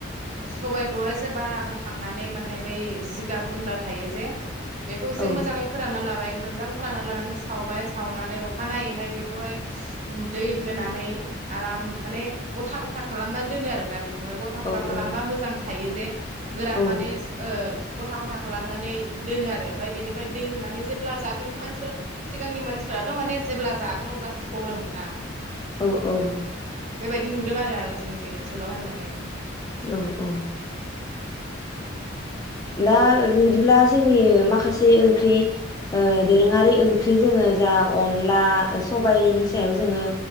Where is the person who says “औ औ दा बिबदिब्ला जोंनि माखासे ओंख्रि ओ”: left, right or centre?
Left